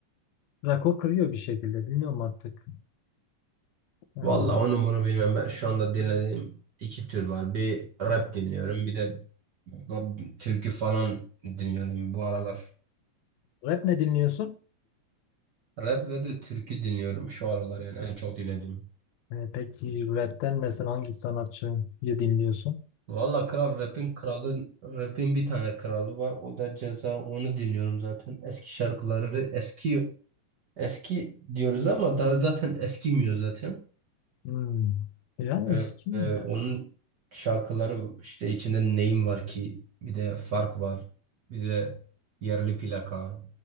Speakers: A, on the left; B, on the right.
A: rekor kırıyor bir şekilde. Bilmiyorum artık. Yani
B: Valla onu bunu bilmem ben şu anda dinlediğim iki tür var. Bir rap
A: ha.
B: dinliyorum bir de ba- türkü falan dinliyorum bu aralar.
A: Rap ne dinliyorsun?
B: Rap ve de türkü dinliyorum şu aralar yani en çok dinlediğim.
A: E, peki rapten mesela hangi sanatçıyı dinliyorsun?
B: Valla kral rapin kralı rapin bir tane kralı var o da Ceza onu dinliyorum zaten. Eski şarkıları eski eski diyoruz ama daha zaten eskimiyor zaten.
A: Hmm. Yani
B: Ee,
A: eski mi?
B: e, onun şarkıları işte içinde Neyim var ki bir de Fark var. Bir de Yerli Plaka.